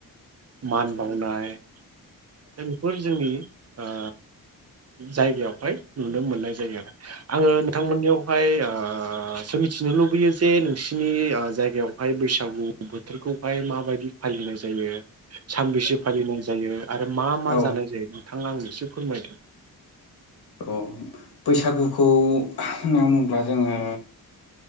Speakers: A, on the right (about 40°); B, on the left (about 80°).
A: मान बावनाय दा बेफोर जोंनि ओ जायगायावहाय नुनो मोननाय जायो आरो आङो नोंथांमोननियावहाय ओ ओ सो मिथिनो लुबैयो जे नोंसिनि जायगायावहाय बैसागु बोथोरखौहाय माबायदि फालिनाय जायो सानबैसे फालिनाय जायो आरो मा मा
B: औ
A: जानाय जायो नोंथां आंनो एसे फोरमायदो
B: अ बैसागुखौ होनना बुङोब्ला जोङो